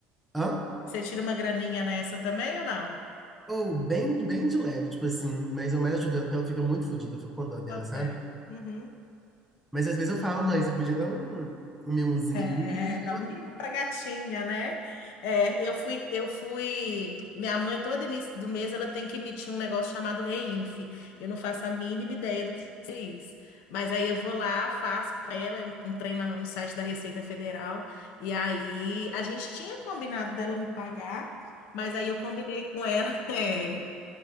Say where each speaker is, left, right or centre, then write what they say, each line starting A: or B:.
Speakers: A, in the centre; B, on the left (about 80°).
A: Hã?
B: Você tira uma graninha nessa também ou não?
A: Ou bem, bem de leve, tipo assim, mas eu mais ajudo ela porque ela fica muito fodida, eu fico com dó dela,
B: Bota
A: sabe?
B: fé. Uhum.
A: Mas às vezes eu falo, mãe, você podia dar um, um mimozinho ali,
B: É, dá um mimo pra gatinha, né? É, eu fui, eu fui. Minha mãe, todo início do mês, ela tem que emitir um negócio chamado Reinf. Eu não faço a mínima ideia do que é isso. Mas aí eu vou lá, faço pra ela, é um, um trem na- no site da Receita Federal. E aí a gente tinha combinado dela me pagar, mas aí eu combinei com ela. <laughs> É.